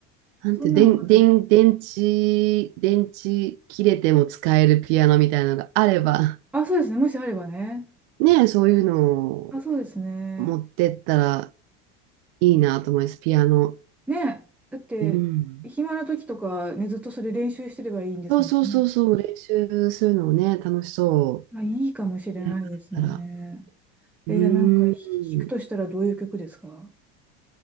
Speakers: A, on the right; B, in the centre.
A: なんて、
B: そんなのある。
A: 電、電、電池、電池切れても使えるピアノみたいなのがあれば、
B: あ、そうですね。もしあればね。
A: <laughs> ねえ、そういうのを
B: あ、そうですね。
A: 持ってったらいいなと思います、ピアノ。
B: ねえ。だって、
A: うん。
B: 暇な時とか、ね、ずっとそれ練習してればいいんですもんね。
A: そうそうそうそう、練習するのをね、楽しそ
B: あ、いいかもしれないですね。
A: う。やるんだったら。
B: え、
A: うーん。
B: じゃあなんかひ弾くとしたらどういう曲ですか